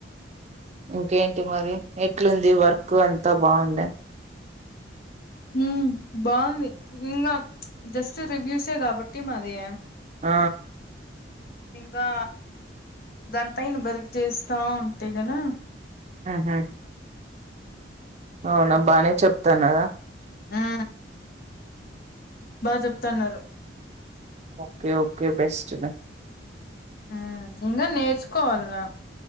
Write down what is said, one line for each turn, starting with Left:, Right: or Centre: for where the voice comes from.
Right: ఇంకేంటి మరి ఎట్లుంది వర్క్ అంతా బాగుంధా
Left: ఉమ్ బాగుంది ఇంకా జస్ట్ రివ్యూసే కాబట్టి మాది
Right: ఆ
Left: ఇంకా దానిపైన వర్క్ చేస్తా ఉంటే కదా
Right: ఉహ్మ్ అవునా బానే చెప్తున్నారా
Left: ఆ బాగా చెప్తున్నారు
Right: ఓకే ఓకే బెస్ట్
Left: ఆ ఇంకా నేర్చుకోవాలన్నా